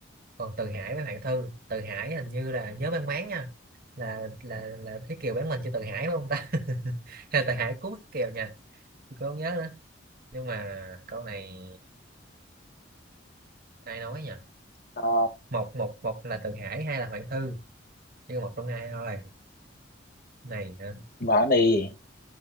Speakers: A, on the right; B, on the left.
A: còn Từ Hải với Hoàng Thư Từ Hải hình như là nhớ mang máng nha là là là Thúy Kiều bán mình cho Từ Hải đúng không ta <laughs> hay là Từ Hải cứu Thúy Kiều nha tôi không nhớ nữa nhưng mà câu này ai nói nhỉ
B: À,
A: một một một là Từ Hải hai là Hoàng Thư chỉ còn một trong hai thôi này hả
B: đoán đi,